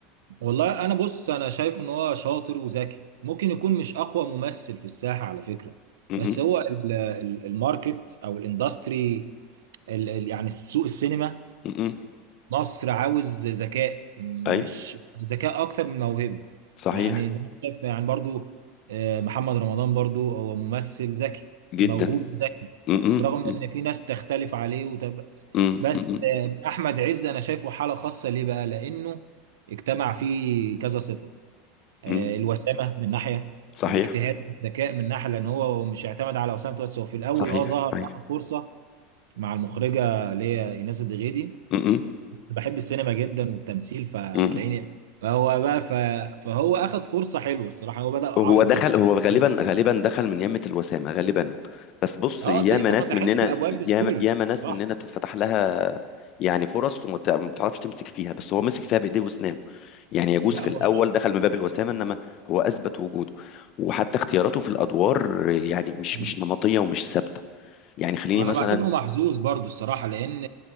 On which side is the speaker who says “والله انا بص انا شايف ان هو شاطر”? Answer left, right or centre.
Right